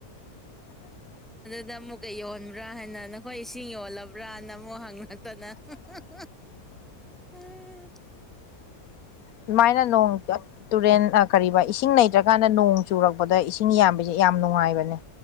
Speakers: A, in the centre; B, on the left.
A: ꯗ ꯑꯃꯨꯛꯀ ꯌꯣꯟꯕ꯭ꯔꯥ ꯍꯥꯏꯅ ꯅꯈꯣꯏ ꯏꯁꯤꯡ ꯌꯣꯜꯂꯕ꯭ꯔꯥꯅ ꯑꯃꯨꯛ ꯍꯪꯉꯛꯇꯅ <unintelligible>
B: ꯁꯨꯃꯥꯏꯅ ꯅꯣꯡ ꯇꯨꯔꯦꯟ ꯀꯔꯤꯕꯥ ꯏꯁꯤꯡ ꯂꯩꯇ꯭ꯔꯀꯥꯟꯗ ꯅꯣꯡ ꯆꯨꯔꯛꯄꯗ ꯏꯁꯤꯡ ꯌꯥꯕꯁꯦ ꯌꯥꯝ ꯅꯨꯡꯉꯥꯏꯕꯅꯦ